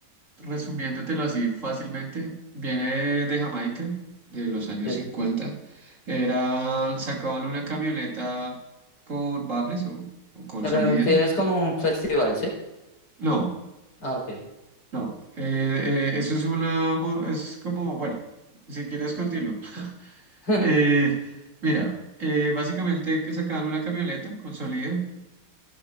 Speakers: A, on the right (about 45°); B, on the left (about 75°).
A: resumiéndotelo así fácilmente, viene de Jamaica, de los años
B: Sí.
A: 50. Era, sacaban una camioneta con baffles o, o con
B: Pero
A: sonido.
B: en fin, es como un festival, ¿sí?
A: No,
B: Ah, ok.
A: no, eh, eh, eso es una, mo- es como, bueno, si quieres continúo. <laughs>
B: <laughs>
A: Eh, mira, eh, básicamente que sacaban una camioneta con sonido